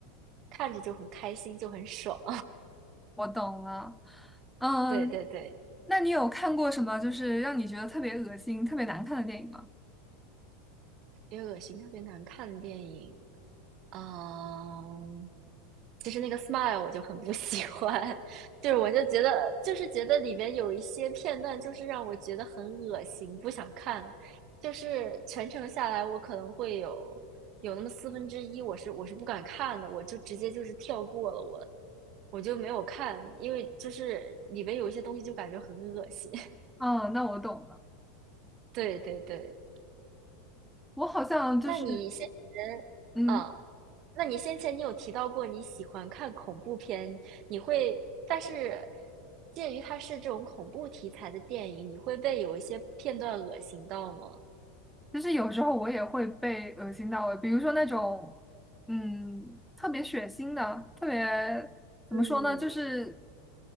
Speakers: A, on the right; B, in the centre.
A: 看着就很开心，就很爽，
B: 我懂了。嗯，
A: <laughs> 对对对。
B: 那你有看过什么就是让你觉得特别恶心、特别难看的电影吗？
A: 别恶心，特别难看的电影，嗯，其实那个《Smile》我就很不喜欢，<laughs> 就是我就觉得，就是觉得里边有一些片段，就是让我觉得很恶心，不想看。就是全程下来，我可能会有有那么四分之一，我是我是不敢看的，我就直接就是跳过了我，我就没有看，因为就是里边有一些东西就感觉很恶心。<laughs>
B: 哦，那我懂了。
A: 对对对。
B: 我好像就是，
A: 那你先前，
B: 嗯，
A: 嗯，那你先前你有提到过你喜欢看恐怖片，你会，但是鉴于它是这种恐怖题材的电影，你会被有一些片段恶心到吗？
B: 就是有时候我也会被恶心到，比如说那种，嗯，特别血腥的，特别怎么说呢，
A: 嗯，
B: 就是，